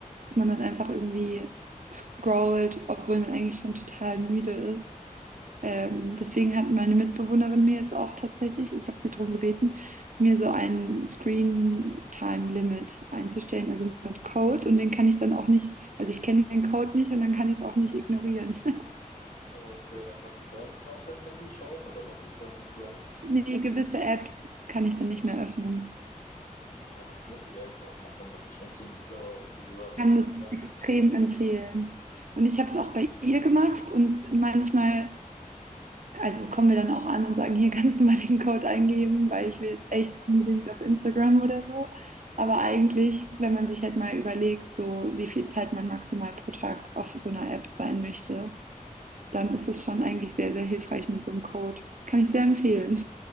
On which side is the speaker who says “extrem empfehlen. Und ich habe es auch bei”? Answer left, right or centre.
Right